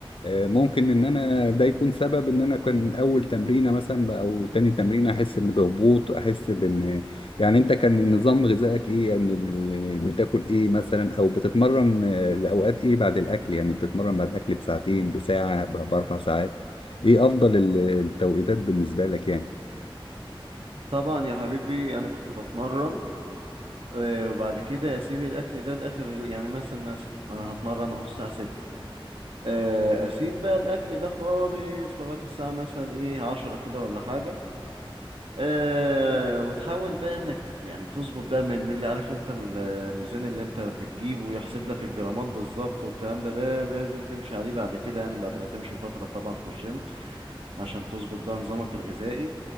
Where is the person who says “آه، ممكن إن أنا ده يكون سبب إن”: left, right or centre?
Left